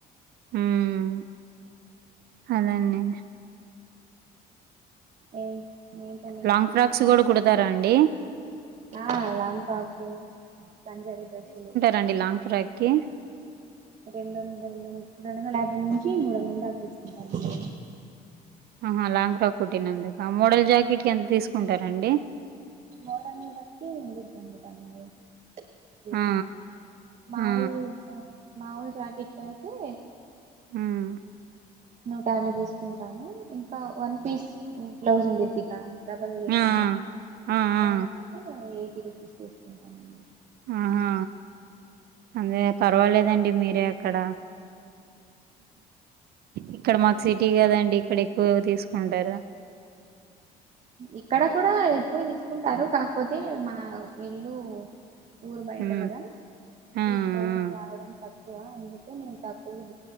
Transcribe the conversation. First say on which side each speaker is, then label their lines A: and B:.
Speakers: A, on the right; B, on the right.
A: ఉమ్ అదండీ
B: ఏం ఏంటండి
A: లాంగ్
B: ఇంకా
A: ఫ్రాక్స్ కూడా కుడతారా అండి
B: ఆ లాంగ్ ఫాక్సు పంజాబీ డ్రసులు
A: రండి లాంగ్ ఫ్రాక్ి
B: రెండు వందలు రెండు వందల యాభై నుంచి మూడు వందల దాక తీసుకుంటారండి
A: ఆహా లాంగ్ ఫ్రాక్ కొట్టినందుక మోడల్ జాకెట్ కి ఎంత తీసుకుంటారంండి
B: మోడల్ ని బట్టి ఉండిందింది. కి
A: ఆ!
B: మావుల్
A: ఆ!
B: మావుల్ జాకెట్ కి ఐతే
A: ఉమ్
B: నోట యాభై తీసుకుంటాను ఇంకా వన్ పీస్ బ్లౌజ్ ఉండేద్దిగా డబల్ లేకుండ
A: ఆ ఆ ఆ
B: దానికైతే ఎయిటీ రూపీస్ తీసుకుంటామండి
A: ఆహా అదే పర్వాలేదండి మీరే అక్కడ ఇక్కడ మాకు సిటీ కదండి ఇక్కడ ఎక్కువ తీసుకుంటారు
B: ఇక్కడ కూడ ఎక్కువ తీసుకుంటారు కాకపోతే మా ఇళ్ళు ఊరు బయట
A: హ్మ్
B: కదా
A: ఆ ఆ
B: తీసుకోవడం రావడం తక్కువ అందుకే నేను తక్కువ